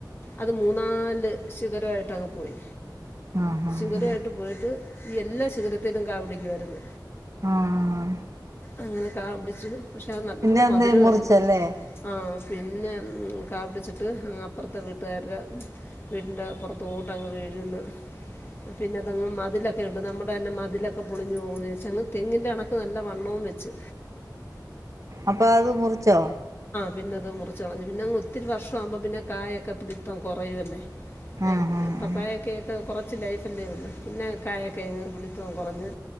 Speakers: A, on the left (about 30°); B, on the right (about 45°).
A: അത് മൂന്നാല് ശിഖരമായിട്ട് അങ്ങ് പോയി
B: ആഹ് ആഹ് ആഹ്
A: ശിഖരമായിട്ട് പോയി ട്ട് എല്ലാ ശിഖരത്തിലും കാ പിടിക്കുമായിരുന്നു
B: ആഹ്
A: അങ്ങനെ കാ പിടിച്ച് പക്ഷെ അത് നല്ല
B: പിന്നെ
A: മധുരമായിരുന്നു
B: എന്തേ മുറിച്ചല്ലേ
A: ആ പിന്നെ ഉം കാപിടിചിട്ട് അങ്ങ് അപ് റത്തെ വീട്ട്കാരടെ വീടിൻ്റെ പുറത്തോട്ട് അങ്ങ് വീഴുന്ന് പിന്നെ അതങ്ങ് മാ മതിലൊക്കെ ഉണ്ട് നമ്മുടെ തന്നെ മതിലൊക്കെ പൊളിഞ്ഞു പോകും വിചാരിച്ച് അങ്ങ് തെങ്ങിൻ്റെ കണക്ക് നല്ല വണ്ണവും വെച്ചു
B: അപ്പൊ അത് മുറിച്ചോ
A: പിന്നെ അത് മുറിച്ച് കളഞ്ഞു പിന്നെ അങ്ങ് ഒത്തിരി വർഷമാകുമ്പോ പിന്നെ കായൊക്കെ പിടിത്തം കുറയുവല്ലേ അ
B: ആഹ് ആഹ്
A: പപ്പായൊക്കെ
B: ആഹ്
A: കുറച്ച് ലൈഫ് അല്ലേ ഉള്ളൂ പിന്നെ കായ ഒക്കെ അങ്ങ് പിടുത്തവും കുറഞ്ഞ്